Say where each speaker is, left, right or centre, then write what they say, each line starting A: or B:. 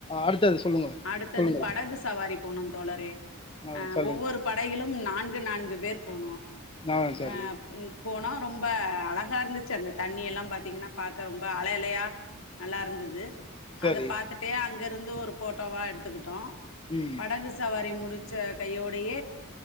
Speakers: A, on the left (about 25°); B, on the left (about 70°).
A: அடுத்தது சொல்லுங்க
B: அடுத்தது
A: சொல்லுங்க
B: படகு சவாரி போனும் தோழரே
A: ஆ
B: அஹ்
A: சொல்லுங்க
B: ஒவ்வொரு படைகளிலும் நான்கு நான்கு பேர் போனோம்
A: ஆ சரி
B: அஹ் போனோ ரொம்ப அழகா இருந்துச்சு அந்த தண்ணி எல்லாம் பாார்த்தீங்கன்னா பாக்க ரொம்ப அலையலையா நல்லா இருந்தது
A: சரி
B: அத பாத்துட்டே அங்க இருந்து ஒரு போட்டோல எடுத்துக்கிட்டோ
A: ம்
B: படகு சவாரி முடிச் ச்ச கையோடைய